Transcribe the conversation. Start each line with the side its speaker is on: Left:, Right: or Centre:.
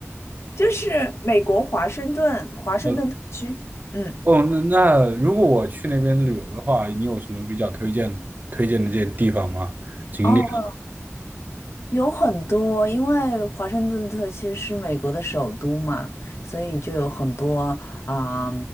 Left: 就是美国华盛顿，华盛顿特区。
Right: 呃，
Left: 嗯，
Right: 哦，那那如果我去那边旅游的话，你有什么比较推荐的推荐的这些地方吗？景点
Left: 哦，有很多，因为华盛顿特区是美国的首都嘛，所以就有很多啊、